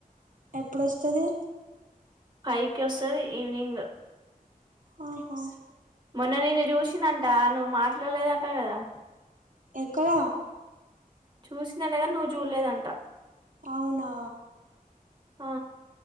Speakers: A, on the right; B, on the right.
A: ఎప్పుడస్తది
B: ఫైవ్ కి వస్తంది ఈవినింగ్
A: ఆఓహా
B: మొన్న నేను చుసినంటా నువ్వు మాట్లాడలేదంటా కదా
A: ఎక్కడ
B: చూసిందండగాని నువ్వు చూడలేదంట
A: అవునా
B: ఆ